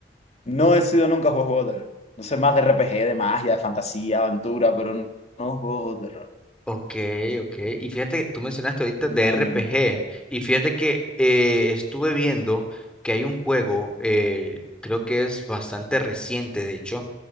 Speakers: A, on the left; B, in the centre.
A: no he sido nunca juego, juegos de terror. No sé más de RPG, de magia, de fantasía, aventura, pero no, no juegos de terror.
B: Ok, ok. Y fíjate, tú mencionaste ahorita
A: No,
B: de RPG.
A: no, no.
B: Y fíjate que eh, estuve viendo que hay un juego, eh, creo que es bastante reciente, de hecho